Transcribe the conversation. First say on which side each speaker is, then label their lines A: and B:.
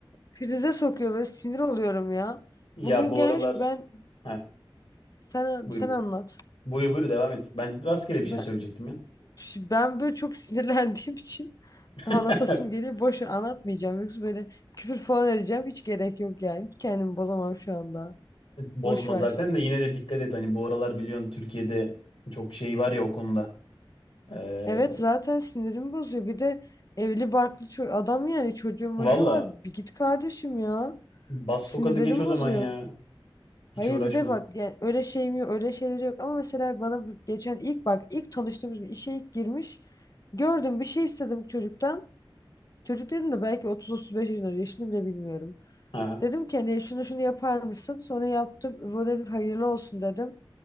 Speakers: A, on the left; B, on the left.
A: krize sokuyor ve sinir oluyorum ya.
B: Ya
A: Bugün
B: bu
A: gelmiş
B: aralar
A: ben
B: ha
A: sen
B: buyur
A: sen
B: buyur.
A: anlat.
B: Buyur buyur devam et. Ben rastgele bir şey
A: Ben
B: söyleyecektim ya.
A: ben böyle çok <laughs> sinirlendiğim için anlatasım
B: <laughs>
A: geliyor. Boşa anlatmayacağım. Yoksa böyle küfür falan edeceğim. Hiç gerek yok yani. Hiç kendimi bozamam şu anda.
B: Bozma
A: Boş ver.
B: zaten de yine de dikkat et. Hani bu aralar biliyorsun Türkiye'de çok şey var ya o konuda. Ee,
A: Evet zaten sinirimi bozuyor. Bir de evli barklı ço- adam yani çocuğu mocuğu
B: valla
A: var. Bir git kardeşim ya.
B: bas
A: Sinirlerim
B: tokadı geç o zaman
A: bozuyor.
B: ya. Hiç
A: Hayır
B: uğraşma.
A: bir de bak yani öyle şey mi öyle şeyleri yok ama mesela bana bu geçen ilk bak ilk tanıştığımız gün işe ilk girmiş gördüm bir şey istedim çocuktan. Çocuk dedim de belki otuz otuz beş yaşında yaşını bile bilmiyorum.
B: Aha.
A: Dedim ki hani şunu şunu yapar mısın? Sonra yaptım böyle dedim, hayırlı olsun dedim.